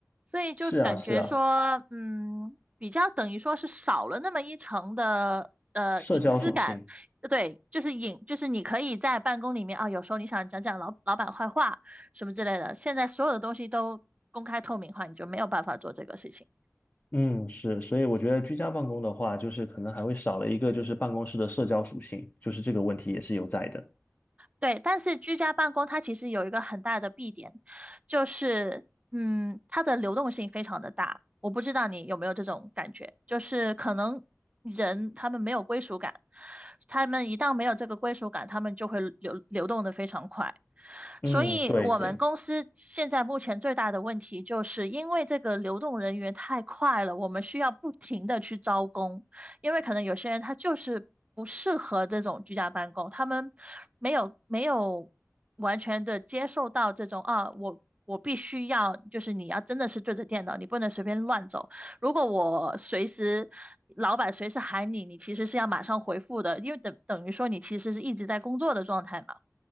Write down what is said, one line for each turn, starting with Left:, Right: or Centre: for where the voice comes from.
Right: 所以就感觉说，
Left: 是啊，是啊，
Right: 嗯，比较等于说是少了那么一层的呃隐私感，
Left: 社交属性。
Right: 对，就是隐，就是你可以在办公里面啊，有时候你想讲讲老老板坏话什么之类的，现在所有的东西都公开透明化，你就没有办法做这个事情。
Left: 嗯，是，所以我觉得居家办公的话，就是可能还会少了一个就是办公室的社交属性，就是这个问题也是有在的。
Right: 对，但是居家办公它其实有一个很大的弊点，就是嗯，它的流动性非常的大。我不知道你有没有这种感觉，就是可能人他们没有归属感，他们一旦没有这个归属感，他们就会流流动的非常快。
Left: 嗯，
Right: 所以我们公司现在目前最大的问题，
Left: 对对
Right: 就是因为这个流动人员太快了，我们需要不停的去招工。因为可能有些人他就是不适合这种居家办公，他们没有没有完全的接受到这种啊，我我必须要就是你要真的是对着电脑，你不能随便乱走。如果我随时老板随时喊你，你其实是要马上回复的，因为等等于说你其实是一直在工作的状态嘛。